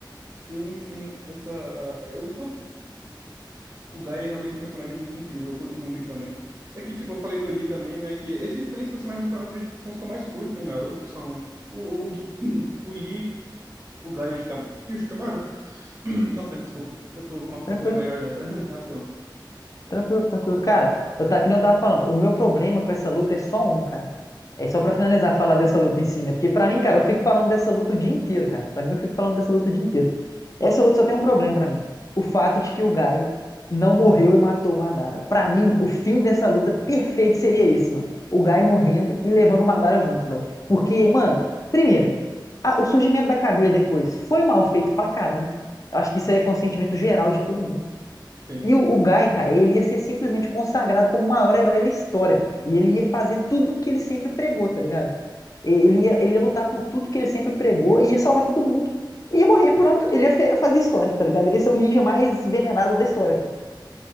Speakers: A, on the right; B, on the left.
A: Sim, sim, essa. Eu, O Guy, ele é realmente um personagem muito incrível, eu curto muito ele também. É que, tipo, eu falei do Lee também, né? Que esses três personagens eu acredito que são os que eu mais curto em Naruto, que são o, o, Gui- <clears throat> o Lee, o Guy e o Shikamaru. E o Shikamaru? <clears throat> Nossa, me desculpa, eu tô com uma coceira
B: Tranquilo.
A: aqui na garganta. <laughs> Rapidão.
B: Tranquilo, tranquilo. Cara, eu tá, que nem eu tava falando, o meu problema com essa luta é só um, cara. É só
A: <clears throat>
B: pra finalizar, falar dessa luta em si, né? Porque
A: Não
B: pra mim,
A: pode
B: cara,
A: falar.
B: eu fico falando dessa luta o dia inteiro, cara. Pra mim, eu fico falando dessa luta o dia inteiro. Essa luta só tem um problema pra mim. O fato de que o Gai não morreu e matou o Madara. Pra mim, o fim dessa luta perfeito seria esse, mano. O Gai morrendo e levando o Madara junto, velho. Porque, mano, primeiro, a- o surgimento da Kaguya depois foi mal feito pra caramba. Eu acho que isso aí é consentimento geral de todo mundo.
A: Sim.
B: E o, o Guy, cara, ele ia ser simplesmente consagrado como o maior herói da história, mano. E ele ia fazer tudo o que ele sempre pregou, tá ligado? E- Ele ia, ele ia lutar por tudo que ele sempre pregou, e ia salvar todo mundo, e ia morrer, pronto. Ele ia fe- fazer história, tá ligado? Ele ia ser o ninja mais venerado da história, pô.